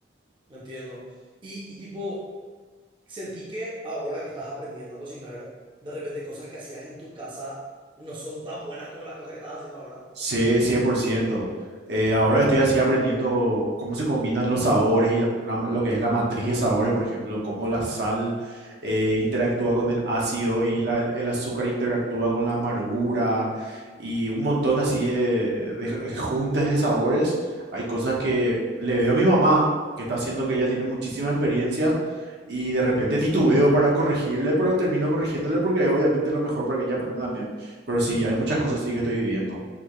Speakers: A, on the right (about 25°); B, on the right (about 60°).
A: no entiendo. Y, y tipo, sentí que ahora que estás aprendiendo a cocinar, de repente cosas que hacías en tu casa no son tan buenas como las cosas que estás haciendo ahora.
B: Sí, 100%. Eh, ahora estoy así aprendiendo cómo se combinan los sabores y lo, la- lo que es la matriz de sabores, por ejemplo, cómo la sal eh, interactúa con el ácido y la- el, el azúcar interactúa con la amargura y
A: Ujú,
B: un montón así de, de- de juntes de sabores. Hay cosas que le veo a mi mamá, que está haciendo que ella tiene muchísima experiencia y de repente titubeo para corregirle, pero termino corrigiéndole porque es obviamente lo mejor para que ella aprenda también. Pero sí,
A: Claro.
B: hay muchas cosas sí que estoy viviendo.